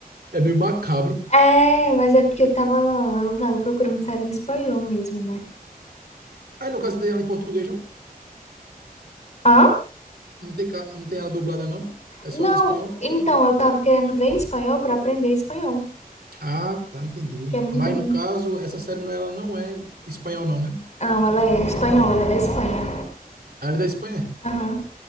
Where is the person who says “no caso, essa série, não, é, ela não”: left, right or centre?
Right